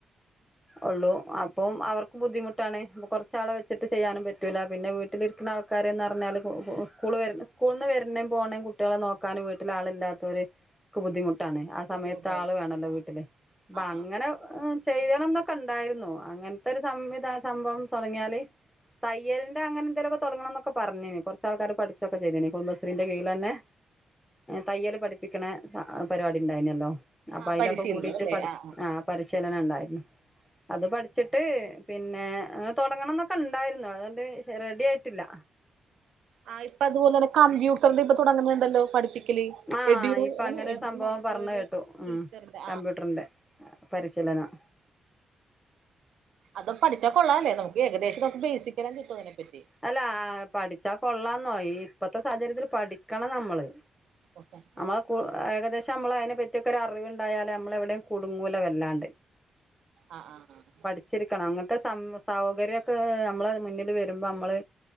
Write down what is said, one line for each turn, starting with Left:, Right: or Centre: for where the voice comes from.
Centre: ഒള്ളു അപ്പോ അവർ. ബുദ്ധിമുട്ടാണേ അപ്പം കൊറച്ച് ആളെ വെച്ചിട്ട് ചെയ്യാനും പറ്റൂല്ല പിന്നെ വീട്ടിലിരിക്കുന്ന ആൾ. കരയ്ന്ന് പറഞ്ഞാല് സ്‌കൂ സ്കൂൾ വരണ സ്കൂള് നിന്ന് വരുന്നേ പോണേ കുട്ടികളെ നോക്കാനും വീട്ടിൽ ആളില്ലാത്തവരെ. ബുദ്ധിമുട്ടാണ് ആ
Right: ബുദ്ധിമുട്ടായിരിക്കും
Centre: സമയത്ത് ആൾ വേണല്ലോ
Right: ആ
Centre: വീട്ടില് അപ്പൊ
Right: ആ
Centre: അങ്ങനെ.
Right: ആ
Centre: ചെയ്യണം എന്നൊക്കെ ഉണ്ടായിരുന്നു അങ്ങനത്തെ ഒരു സംവിധാ സംഭവം. തൊടങ്ങിയാല് തയ്യലിന്റെ അങ്ങനെ എന്തെലുമൊക്കെ തൊടങ്ങണം. ഒക്കെ പറഞ്ഞീനി കുറച്ചാൾക്കാര് പഠിച്ചൊക്കെ ചെയ്തീനി കുടുംബശ്രീന്റെ കീഴില് തന്നെ. തയ്യല് പഠിപ്പിക്കണ പരിപാടി ഉണ്ടായിനല്ലോ. അപ്പൊ
Right: ആ
Centre: അതിലൊക്കെ
Right: പരിശീലനം
Centre: കൂടിയിട്ട്
Right: അല്ലേ
Centre: പഠി
Right: ആ ആ
Centre: പരിശീലനം ഉണ്ടായിരുന്നു. അത് പഠിച്ചിട്ട് പിന്നെ തൊടങ്ങണം എന്നൊക്കെ ഉണ്ടായിരുന്നു അതിൻ്റെ റെഡി ആയിട്ടില്ല.
Right: ആ ഇപ്പൊ അതുപോലന്നെ കമ്പ്യൂട്ടറിന്റെ ഇപ്പ തുടങ്ങുന്നുണ്ടല്ലോ പഠിപ്പി. കല്
Centre: ആ
Right: എടു
Centre: ഇപ്പൊ അങ്ങനെ
Right: എഡ്യൂ
Centre: ഒരു സംഭവം പറഞ്ഞ കേട്ടു ഉം
Right: ടീച്ചറിന്റെ
Centre: കമ്പ്യൂട്ടറിന്റെ പരിശീലനം
Right: അതും പഠിച്ച കൊള്ളാല്ലേ നമുക്ക് ഏകദേശം നമുക്ക് ബേസിക് എല്ലാം കിട്ടും അതിനെപറ്റി.
Centre: അല്ല പഠിച്ച കൊള്ളാന്നോ ഇപ്പത്തെ സാഹചര്യത്തില് പഠിക്കണം നമ്മള്.
Right: ഓക്കേ
Centre: നമ്മളെ ഏകദേശം നമ്മൾ അതിനെ പറ്റിയൊക്കെ ഒരു അറിവുണ്ടായാലേ നമ്മൾ എവിടെയും കുടുങ്ങൂല വല്ലാണ്ട്.
Right: ആഹ് ആഹ് ആഹ്.
Centre: ച്ചിരിക്കണം അങ്ങനത്തെ സം സൗകര്യമൊക്കെ നമ്മൾ മുന്നിൽ വരും നമ്മള്